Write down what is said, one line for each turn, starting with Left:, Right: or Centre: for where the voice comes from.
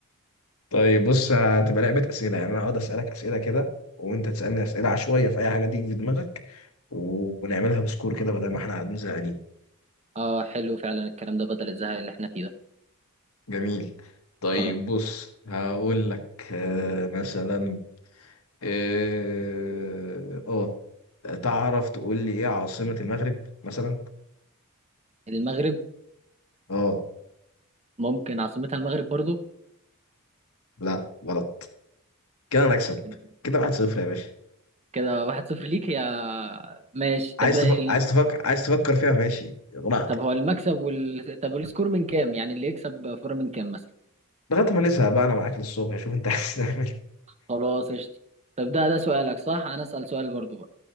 Left: طيب بص هتبقى لعبه اسئله يعني انا هقعد اسالك اسئله كده وانت تسالني اسئله عشوائيه في اي حاجه تيجي في دماغك و- ونعملها بسكور كده بدل ما احنا قاعدين زهقانين
Right: اه حلو فعلا الكلام ده بدل الزهق اللي احنا فيه ده
Left: جميل طيب
Right: خ...
Left: بص هقول لك آه، مثلا اه آه، تعرف تقول لي ايه عاصمه المغرب مثلا
Right: المغرب
Left: اه
Right: ممكن عاصمتها المغرب برضو
Left: لا غلط كده انا اكسب
Right: كده
Left: كده 1-0 يا باشا
Right: كده واحد صفر ليك يا ماشي
Left: عايز
Right: طب ال...
Left: تفكر عايز تفكر عايز تفكر فيها ماشي براحتك
Right: طب هو المكسب وال... طب السكور من كام يعني اللي يكسب فورة من كام مثلا
Left: لغايه ما نزهق بقى انا معاك للصبح شوف انت <laughs> عايز تعمل إيه.
Right: خلاص قشطة طب ده ده سؤالك صح انا اسأل سؤال برضو بقى